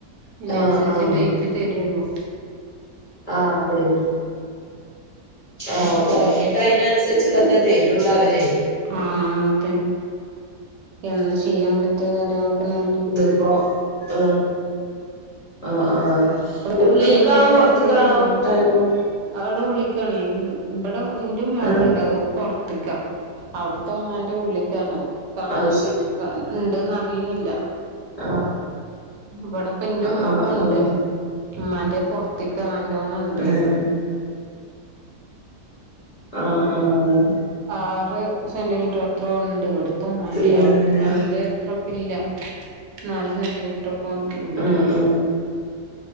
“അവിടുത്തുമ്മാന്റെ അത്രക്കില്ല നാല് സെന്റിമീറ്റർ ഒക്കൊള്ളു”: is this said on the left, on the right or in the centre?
Right